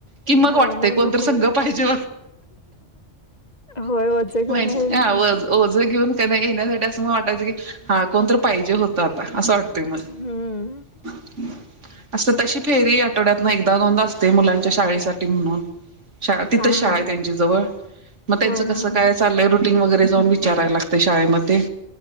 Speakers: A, on the right (about 85°); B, on the left (about 35°).
A: कि मग
B: हा
A: वाटतय कोणत
B: नको
A: संघ
B: होते.
A: पाहिजे
B: होय ओझ घेऊन
A: माहिती
B: यायला
A: ह
B: नको
A: ओझ घेऊन त्यांना घ येण्यासाठी असं मग वाटायचं की हा कोण तर पाहिजे होत आता असं वाटतय मग
B: हम्म
A: अस तशी फेरी आठवड्यात ना एकदा दोनदा असते मुलांच्या शाळेसाठी म्हणून श तिथंच
B: हा
A: शाळा
B: हा
A: आहे त्यांच्या जवळ मग त्यांचं
B: होय
A: कसं
B: हा
A: काय
B: हा
A: चाललंय ंग वगैरे जाऊन विचारय लागते शाळेमध्ये